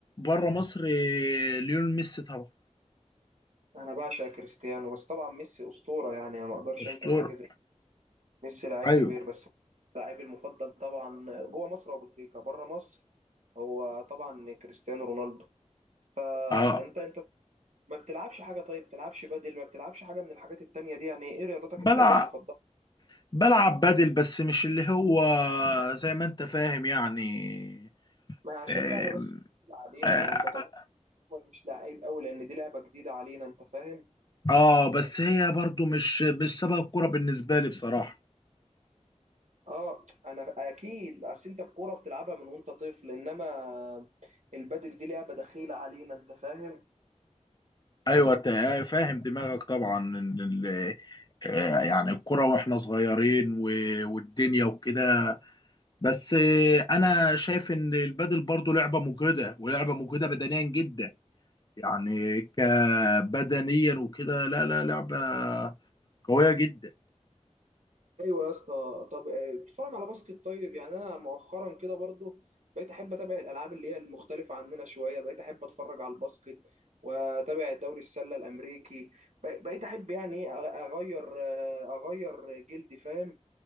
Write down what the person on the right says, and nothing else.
أنا بعشق كريستيانو بس طبعا ميسي أسطورة يعني أنا ما أقدرش
أنكر حاجة زي دي. ميسي لعيب
كبير بس لاعبي المفضل طبعا جوه مصر أبو تريكة بره مصر هو طبعا كريستيانو رونالدو فأنت
أنت ما بتلعبش حاجة طيب بتلعبش بدل ما بتلعبش حاجة من الحاجات التانية دي يعني ايه رياضتك
التانية المفضلة؟
ما عشان
لعبة بس جديدة علينا
ما هو انت طبيعي هو مش لعيب قوي لان دي لعبة جديدة علينا انت فاهم؟
اه انا اكيد اصل انت الكورة بتلعبها من وانت طفل انما البدل دي لعبة دخيلة علينا انت فاهم؟
ايوه يا اسطى طب آه، بتتفرج على باسكت طيب يعني انا مؤخرا كده برضو بقيت احب اتابع الالعاب اللي هي المختلفه عننا شويه بقيت احب اتفرج على الباسكت واتابع دوري السله الامريكي بق- بقيت احب يعني إيه أغ- اغير آه، اغير جلدي فاهم